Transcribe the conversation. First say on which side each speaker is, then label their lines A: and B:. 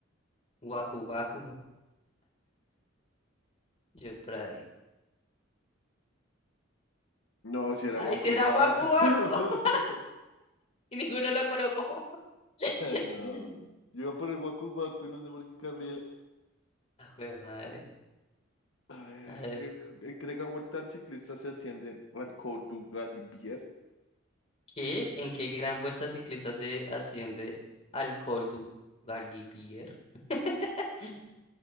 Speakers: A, on the left (about 35°); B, on the left (about 75°).
A: Waku Waku. Yo por ahí.
B: no, si era
A: ¡Ay,
B: Waku
A: será
B: Waku.
A: Waku Waku! <laughs>
B: <laughs>
A: Y ninguno lo colocó. <laughs>
B: Ay, no. Yo iba por el Waku Waku y no sé por qué cambié.
A: Ah, jue madre.
B: A ver,
A: A ver,
B: ¿qué entregan vuelta al ciclista se asciende al Córdoba Bier?
A: ¿qué, en qué gran vuelta ciclista se asciende al Col du Galibier? <laughs>